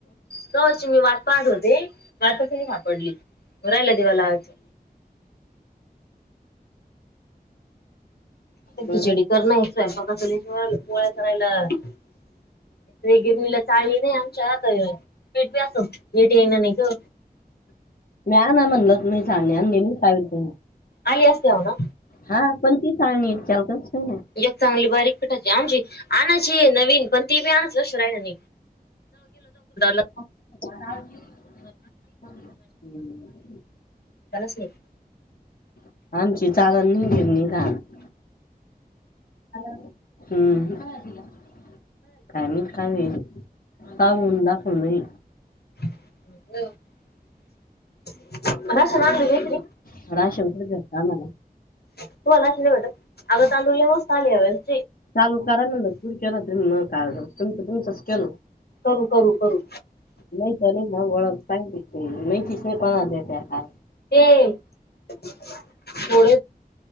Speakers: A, on the left; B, on the left.
A: कावाची मी वात पाहत होते वातस नई सापडली, म राहिला दिवा लावाची. आता
B: बर
A: खिचडी करनारे, स्वयंपाकाच लय जीवा आले, पोळ्या करायला <unintelligible> मी ला चावी नई आमच्या आता पेटवि आसन नीट येईना नाही ग.
B: <unintelligible>
A: आली असत्याव ना?
B: हा पण ती चाळणी त्याला काहीच नाही
A: ऐक चांगली बारीक पठाची आमची आणयची ये नवीन. पण ती बी <unintelligible>
B: <unintelligible>
A: फणस आहे
B: <unintelligible> हम्म.. काय माहित काय व्हयली, खाऊन दाखव म्हणे.
A: <unintelligible>
B: <unintelligible>
A: तूला अस नाही भेटत, आता तांदूळ लय मस्त आले या वेळीस.
B: चालू करा ना मग, पुढच्या <unintelligible> तुमच तुमचंच केलं
A: करू करू करू....
B: नाही तर नाही मग वळख सांगितली, माहितीच नाही कोणाला देत काय..
A: <unintelligible> थोड